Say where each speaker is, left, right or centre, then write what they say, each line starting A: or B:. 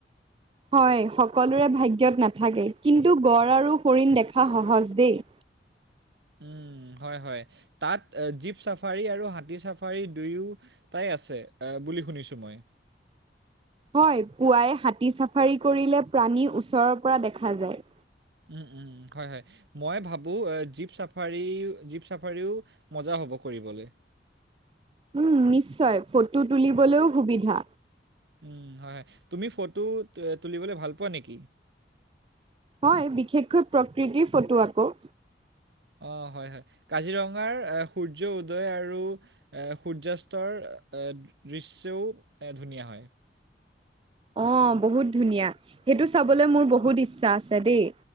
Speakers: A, on the right; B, on the right.
A: হয় সকলোৰে ভাগ্যয়ত নাথাকে কিন্তু গড় আৰু হৰিণ দেখা সহজ দেই।
B: <unintelligible> উম হয় হয় তাত জীপ চাফাৰী আৰু হাতী চাফাৰী দুয়োটাই আছে। এ বুলি শুনিছো মই
A: হয় পুৱাই হাতী চাফাৰী কৰিলে প্ৰাণী ওচৰৰ পৰা দেখা যায়।
B: উম উম হয় হয় মই ভাবো জীপ চাফাৰী জীপ চাফাৰীও মজা হ'ব কৰিবলৈ
A: উ নিশ্চয় ফটো তুলিবলৈও সুবিধা
B: উ হয় হয় তুমি ফটো তুলিবলৈ ভাল পোৱা নেকি।
A: হয় বিশেষকৈ প্ৰকৃতিৰ ফটো আকৌ
B: অ হয় হয় কাজিৰঙাৰ সূৰ্য উদয় আৰু এ সূৰ্যাস্তৰ দৃশ্যও ধুনীয়া হয়
A: অ বহুত ধুনীয়া সেইটো চাবলৈ মোৰ বহুত ইচ্ছা আছে দেই